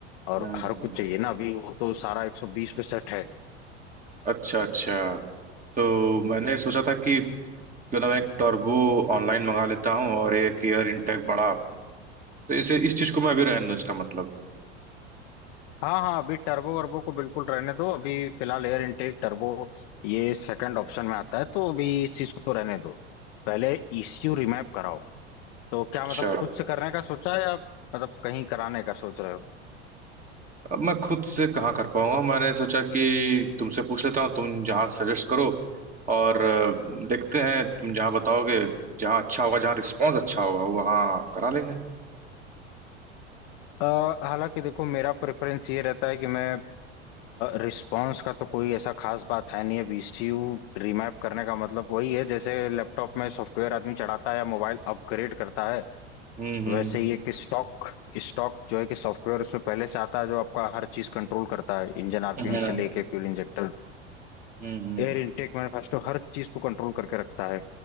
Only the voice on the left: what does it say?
और
हर
कुछ
चाहिए ना अभी वो तो सारा 120 पे सेट है
हाँ हाँ अभी टर्बो वर्बो को बिल्कुल रहने दो अभी फिलहाल एयर इनटेक टर्बो ये सेकंड ऑप्शन में आता है तो अभी इस चीज को रहने दो पहले ईसीयू रिमैप कराओ तो क्या
मतलब खुद से करने का सोचा है या मतलब कहीं कराने का सोच रहे हो
अ, हालांकि देखो मेरा प्रेफरेंस ये रहता है कि मैं रिस्पांस का तो कोई ऐसा खास बात है नहीं अब ईसीयू रिमैप करने का मतलब वही है जैसे लैपटॉप में सॉफ्टवेयर आदमी चढ़ाता है या मोबाइल अपग्रेड करता है
वैसे ही एक स्टॉक स्टॉक जो है कि सॉफ्टवेयर उसमें पहले से आता है जो आपका हर चीज कंट्रोल करता है इंजन आरपीएम
से लेके fuel injector
air intake manifesto हर चीज को कंट्रोल करके रखता है